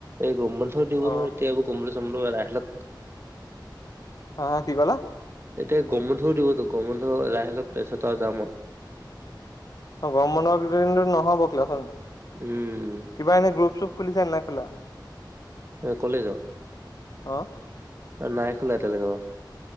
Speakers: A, on the right; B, on the left.
A: এই গৰম বন্ধ দিব
B: অ',
A: নহয় এতিয়া <unintelligible>
B: হা হা কি ক'লা?
A: এতিয়া গৰম বন্ধও দিবতো গৰম বন্ধু যাই হ লওক তাৰপিছত আৰু যাম আৰু।
B: গৰম বন্ধ কেইদিনত নহব ক্লাছ ন
A: উম।
B: কিবা এনে গ্ৰুপ চুপ খুলিচা নাই খোলা?
A: কলেজৰ?
B: হা?
A: অ' নাই খোলা এ তেনেকে অ'।